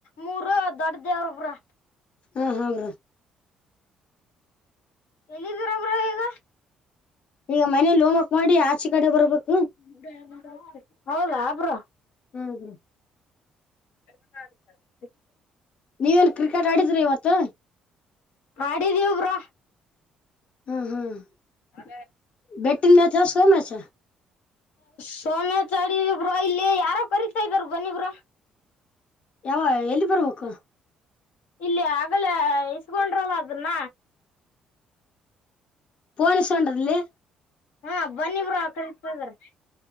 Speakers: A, on the left (about 85°); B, on the left (about 45°).
A: ಮೂರು ದೊಡ್ ದೇವ್ರು ಬ್ರೋ.
B: ಹಾ ಹ ಬ್ರೋ
A: ಎಲ್ಲಿದೀರ ಬ್ರೋ ಈಗ,
B: ಈಗ ಮನೇಲಿ ಹೋಮ್ವರ್ಕ್ ಮಾಡಿ ಆಚೆ ಕಡೆ ಬರ್ಬೇಕು.
A: <unintelligible> ಹೌಲಾ ಬ್ರೋ
B: ಹ್ಮ್ ಹ್ಮ್.
A: <unintelligible>
B: ನೀವೆನ್ ಕ್ರಿಕೆಟ್ ಆಡಿದ್ರಿ ಇವತ್ತು,
A: ಮಾಡಿದೀವ್ ಬ್ರೊ
B: ಹ್ಮ್ ಹ್ಮ್
A: <unintelligible>
B: ಬೆಟ್ಟಿನ ಮ್ಯಾಚ್ ಸ್ಲೋ ಮ್ಯಾಚ್
A: ಸೋಮ್ಯಾ ಚರೀ ಬ್ರೊ ಇಲ್ಲಿ ಯಾರೊ ಕರೀತಾ ಇದಾರ್ ಬನ್ನಿ ಬ್ರೋ.
B: ಯಾವ ಎಲ್ಲಿ ಬರ್ಬೇಕು
A: ಇಲ್ಲಿ ಆಗಲೇ ಇಸ್ಕೊಂಡ್ರಲ್ಲ ಅದನ್ನ.
B: ಪೋನ್ ಈಸ್ಕೊಂಡ್ರೇಲ್ಲಿ.
A: ಹಾ ಬನ್ನಿ ಬ್ರೋ ಕರಿತಿದರೆ.